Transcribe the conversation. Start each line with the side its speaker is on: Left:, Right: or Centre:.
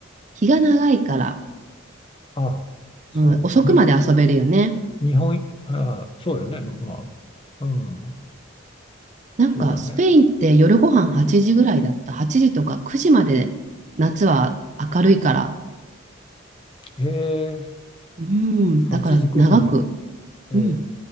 Right: 日が長いから、
Left: ああ、そうなの。
Right: うん、遅くまで遊べるよね。
Left: に、日本、ああ、そうよね。まあ、うん、
Right: なんかスペインって夜ご飯8時ぐらいだった。
Left: そうだね。
Right: 8時とか9時まで夏は明るいから。
Left: ええ、
Right: うん、
Left: 8時、
Right: だから長く、
Left: 9時に、え
Right: うん、